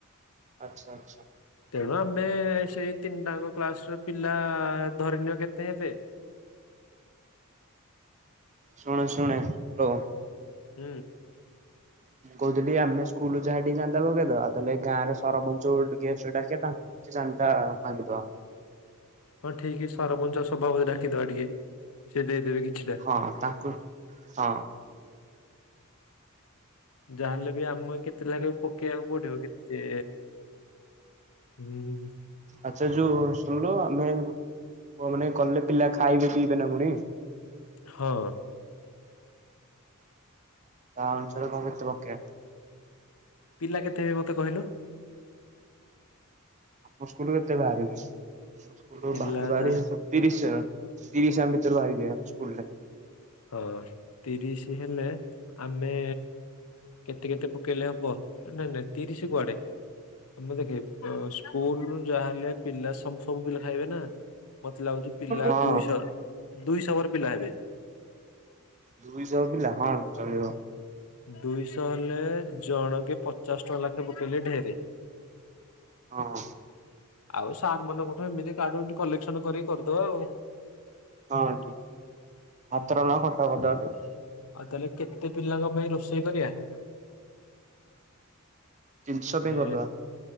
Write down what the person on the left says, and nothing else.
ତେଣୁ ଆମେ ସେଇ ତିନି ଟାଙ୍କ କ୍ଲାସ ର ପିଲା ଧରି ନିଅ କେତେ ହେବେ?
ହୁଁ।
ହଁ ଠିକ୍ ସରପଞ୍ଚ ସଭାପତି କି ଡାକିଦେବା ଟିକେ ସିଏ ଦେଇଦେବେ କିଛିଟା।
ଯାହାହେଲେ ବି ଆମକୁ କେତେ ଲାଖେ ପକେଇଆକୁ ପଡିବ କେତେ ହୁଁ।
ହଁ।
ପିଲା କେତେ ହେବେ ମତେ କହିଲୁ?
ପିଲା
ଯା
ହଁ, ତିରିଶି ହେଲେ ଆମେ କେତେ କେତେ ପକେଇଲେ ହବ ଏ ନାଇଁ ନାଇଁ ତିରିଶି କୁଆଡେ। ମାନେ ଦେଖେ ସ୍କୁଲୁ ଯାହା ହେଲେ ପିଲା ସମ୍ ସବୁ ପିଲା ଖାଇବେ ନା? ମତେ ଲାଗୁଚି ପିଲା
ଦୁଇଶହ ଦୁଇଶହ ଓଭର ପିଲା ହେବେ।
ଦୁଇଶହ ହେଲେ ଜଣକେ ପଚାଶ୍ ଟଙ୍କା ଲାଖେ ପକେଇଲେ ଢେର୍।
ଆଉ ସାର୍ ମାନଙ୍କଠୁ ଏମିତି କାଠୁ ଏମି କଲେକ୍ସନ୍ କରିକି କରିଦବା ଆଉ।
ହୁଁ
ଆଉ ତାହେଲେ କେତେ ପିଲାଙ୍କ ପାଇଁ ରୋଷେଇ କରିବା?
ଏ